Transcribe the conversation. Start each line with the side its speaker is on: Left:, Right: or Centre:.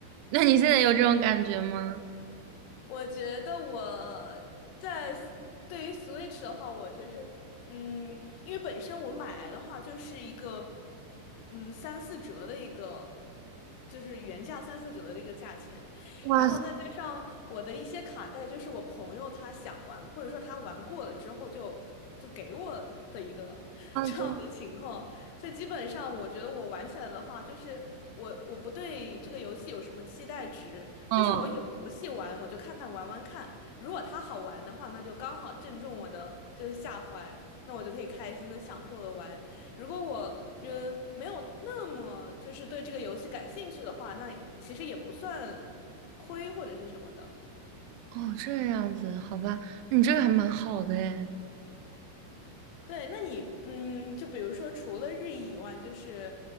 Right: 那你现在有这种感觉吗？
Left: 我觉得我在 s- 对于 Switch 的话，我觉得是，嗯，因为本身我买来的话就是一个，嗯，三四折的一个，就是原价三四折的这个价钱，
Right: 哇塞，
Left: 然后再加上我的一些卡带，就是我朋友他想玩，或者说他玩过了之后就就给我的一个 <laughs> 这样的情况，
Right: 就是
Left: 所以基本上我觉得我玩起来的话，就是我我不对这个游戏有什么期待值。
Right: 嗯，
Left: 就是我有游戏玩，我就看看玩玩看。如果它好玩的话，那就刚好正中我的就是下怀，那我就可以开心的享受的玩。如果我嗯没有那么就是对这个游戏感兴趣的话，那其实也不算亏或者是什么的。
Right: 哦，这样子，好吧，那你这个还蛮好的诶，
Left: 对，那你嗯，就比如说除了日语以外，就是